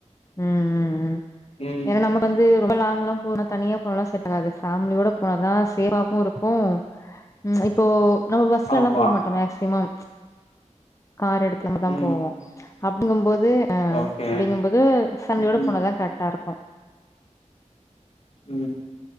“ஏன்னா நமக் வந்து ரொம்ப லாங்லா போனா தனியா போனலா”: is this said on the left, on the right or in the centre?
Left